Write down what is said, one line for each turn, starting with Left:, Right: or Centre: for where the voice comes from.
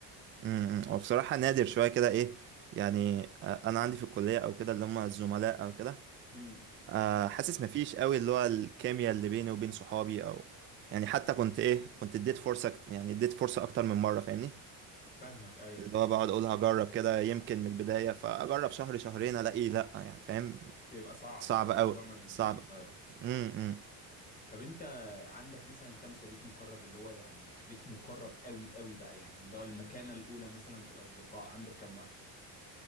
Right: امم وبصراحة نادر شوية كده ايه يعني آه، انا عندي في الكلية او كده اللي هم الزملاء او كده
Left: امم
Right: آه، حاسس مفيش قوي اللي هو الكيمياء اللي بيني وبين صحابي او يعني حتى كنت ايه كنت اديت فرصة كت- يعني اديت فرصة اكتر من مرة فاهمني
Left: فاهمك ايوه
Right: اللي هو بقعد اقول هجرب كده يمكن من البداية فاجرب شهر شهرين الاقيه لا يعني فاهم
Left: بيبقى صعب
Right: صعب
Left: او الموضوع
Right: قوي
Left: ما بيمشيش
Right: صعب
Left: ايوه
Right: امم امم.
Left: طب انت عندك مثلا كام صديق مقرب اللي هو يعني صديق مقرب قوي قوي بقى يعني اللي هو المكانه الاولى مثلا في الاصدقاء عندك كام واحد